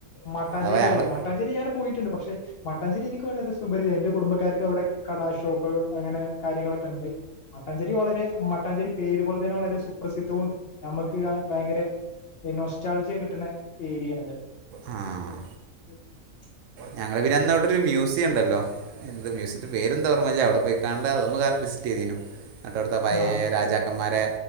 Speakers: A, on the left (about 60°); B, on the right (about 70°).
A: മട്ടാഞ്ചേരി
B: അവ ഞങ്ങള്.
A: <unintelligible> പോയിട്ടുണ്ട്, പക്ഷെ മട്ടാഞ്ചേരി എനിക്ക് വളരെ സുപരിത എന്റെ കുടുംബക്കാർക്ക് അവിടെ കടാ ഷോപ്പ് അങ്ങനെ. കാര്യങ്ങളൊക്കെ ഉണ്ട് മട്ടാഞ്ചേരി വളരെ മട്ടാഞ്ചേരി പേര് പോലെ തന്നെ വളരെ സുപ്രസിദ്ധവും നമുക്ക് ഭയങ്കര നൊസ്റ്റാൾജിയ കിട്ടണ ഏരിയാണിത്
B: ആഹ്. ആഹ്
A: <unintelligible>
B: ഞങ്ങള് പിന്നെ എന്ന അവിടെ ഒരു മ്യൂസിയംണ്ടല്ലോ. എന്ത് മ്യൂസിയത്തി പേരന്താ ഒർമല്ല അവിടെ പോയി. കണ്ട അതൊന്ന് വിസിറ്റ് ചെയ്തീനു. മറ്റെ ആവുടത്തെ പയേ
A: ആഹ്
B: രാജ- ക്കമാരെ